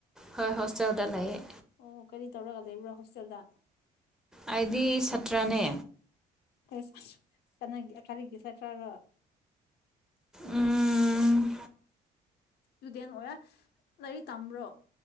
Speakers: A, in the centre; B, on the left.
A: ꯍꯣꯏ ꯍꯣꯁꯇꯦꯜꯗ ꯂꯩꯌꯦ
B: ꯑꯣ ꯀꯔꯤ ꯇꯧꯔꯒ ꯂꯩꯕ꯭ꯔꯥ ꯍꯣꯁꯇꯦꯜꯗ
A: ꯑꯩꯗꯤ ꯁꯥꯇ꯭ꯔꯅꯦ
B: ꯑꯁ ꯑꯁ ꯀꯅꯥꯒꯤ ꯑ ꯀꯔꯤꯒꯤ ꯁꯥꯇ꯭ꯔꯔꯣ
A: ꯎꯝ
B: ꯁ꯭ꯇꯨꯗꯦꯟ ꯑꯣꯏꯔꯦ ꯂꯥꯏꯔꯤꯛ ꯇꯝꯕ꯭ꯔꯣ